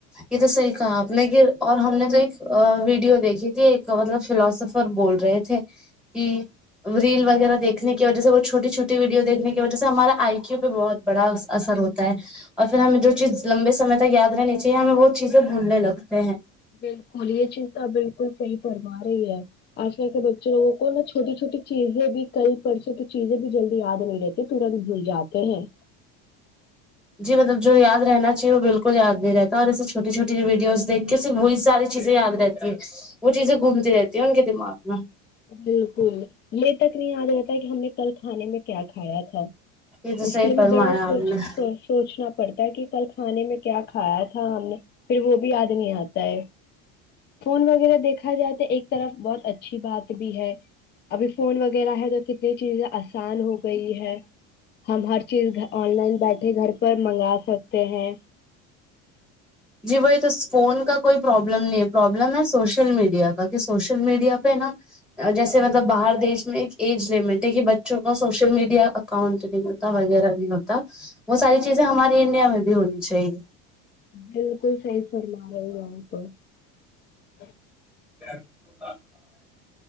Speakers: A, in the centre; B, on the left.
A: یہ تو صحیح کہا آپ نے کہ اور ہم نے تو ایک ویڈیو دیکھی تھی ایک مطلب فلاوسفر بول رہے تھے کہ ریل وغیرہ دیکھنے کی وجہ سے وہ چھوٹی چھوٹی ویڈیو دیکھنے کی وجہ سے ہمارا آئی کییو پہ بہت بڑا اثر ہوتا ہے اور پھر ہمیں جو چیز لمبےمے تک یاد رہنی ہمیں بہت چیزیں بھولنے لگتے ہیں
B: بالکل یہ چیز تو بالکل صحی گرما رہی ہے آج کل کے بچوں لوگوں کو نا چھوٹی چھوٹی چیزیں بھی کل پرسوں کی چیزیں بھی جلدی یاد نہیں رہتی تورت بھول جاتے ہیں
A: جی مطلب جو یاد رہنا چاہیے وہ بالکل یاد نہیں رہتا ہے اور ایے چھوٹی چھوٹی ویڈیوز دیکھ کے صرف وہی ساری چیزیں یاد رہتی ہیں وہ چیزیں گھومتی رہتی ہیں ان کے دماغ میں
B: بالکل م تک نہیں یاد رہتا کہ ہم نے کل کھانے میں کیا کھ <unintelligible> کھایا تھا <unintelligible>
A: یہ تو
B: اس
A: صحیح
B: کے لیے بھی
A: فرمایا
B: بڑا سوچ
A: آپ نے
B: سوچنا پڑتا ہے کہ کل کھانے میں کیا کھایا تھا ہم نے پھر وہ بھی آدمی آتا ہے فون وہ <unintelligible> دیکا جائے تو ایک طرف بہت اچھا <unintelligible> اچھیی بات <unintelligible> <unintelligible> ہے ابھی فون وغیرہ <unintelligible> <unintelligible> ہے جا <unintelligible> <unintelligible> یہ چیزیں آسان ہو گئی ہے ہم ہر چیز آن لائن بیٹھے گھر پر منگا <unintelligible> سکتے ہیں <unintelligible> <unintelligible>
A: جی وہی تو فون کا کوئی پرابلم نہیں ہے پرابلم ہے سوشل میڈیا کا کہ سوشل میڈیا پہ نا جیسے مطلب باہر دیش میں ایک ایج لمٹ ہے کہ بچوں کا سوشل میڈیا اکاؤنٹ نہیں ہوتا وغیرہ نہیں ہوتا وہ ساری چیزیں ہمارے انڈیا میں بھی ہونی چاہیے
B: بالکل صحی فرما رہےی ہیں آپ <unintelligible>
A: ج <unintelligible>